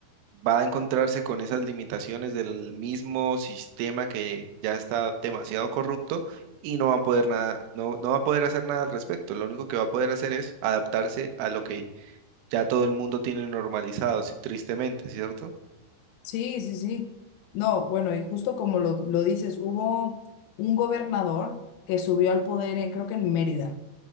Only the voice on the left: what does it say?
Sí, sí, sí. No, bueno, y justo como lo, lo dices, hubo un gobernador que subió al poder, eh, creo que en Mérida.